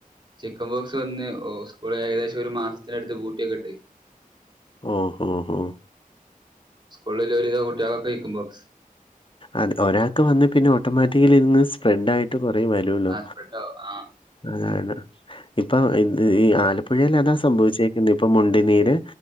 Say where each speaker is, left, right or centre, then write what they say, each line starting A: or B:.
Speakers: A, on the right; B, on the left.
A: ചിക്കൻ ബോക്സ് വന്ന് ഓ സ്കൂൾ ഏകദേശം ഒരു മാസത്തിന അടുത്ത് ബൂട്ടിയൊക്കെ ഇട്ട്.
B: ഓ ഹോ ഹോ.
A: സ്കൂളിൽ ഒരുവിത കുട്ട്യാകൊകെ ചിക്കെൻ ബോക്സ്.
B: അതെ ഒരാൾക്ക് വന്ന് പിന്നെ ഓട്ടോമാറ്റിക്കലി ഇത് ങ്ങനെ സ് ഫ്രെഡ ആയിട്ട് കൊറേ വരൂല്ലോ.
A: ആ സ്പ്രെഡ് ആവും ആ
B: അതാണ് ഇപ്പൊ ഇ ഈ ആലപ്പുഴൽ അതാ സംഭവിച്ചേരിക്കുന്നു ഇപ്പൊ മുണ്ടിനീര്.